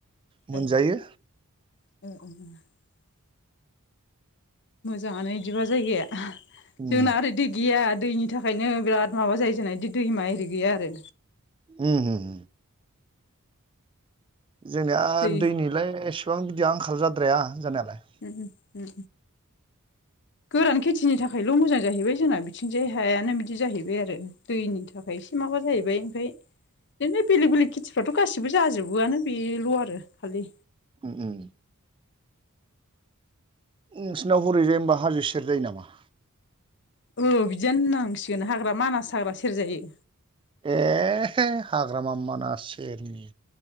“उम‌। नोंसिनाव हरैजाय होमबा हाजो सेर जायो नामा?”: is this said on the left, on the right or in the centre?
Right